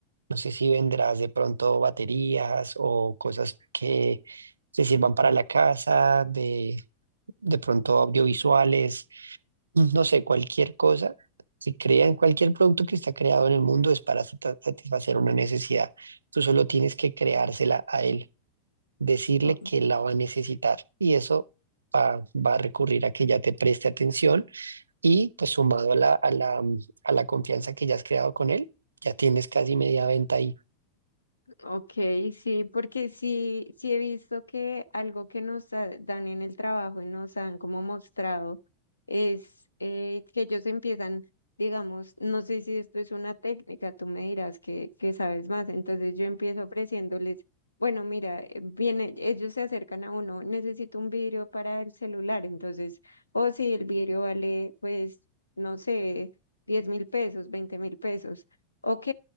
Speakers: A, on the right (about 75°); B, on the left (about 80°).
A: no sé si vendrás de pronto baterías o cosas que se sirvan para la casa, de, de pronto audiovisuales, no sé, cualquier cosa. Si crean cualquier producto que está creado en el mundo es para sata- satisfacer una necesidad. Tú solo tienes que creársela a él, decirle
B: ¿no?
A: que la va a necesitar y eso va, va a recurrir a que ya te preste atención y pues sumado a la, a la, a la confianza que ya has creado con él, ya tienes casi media venta ahí.
B: Ok, sí, porque sí, sí he visto que algo que nos ha- dan en el trabajo y nos han como mostrado es eh, que ellos empiezan, digamos, no sé si esto es una técnica, tú me dirás que, que sabes más, entonces yo empiezo ofreciéndoles, bueno, mira, eh, viene, ellos se acercan a uno, necesito un vidrio para el celular, entonces, o si el vidrio vale, pues, no sé, diez mil pesos, veinte mil pesos. Ok,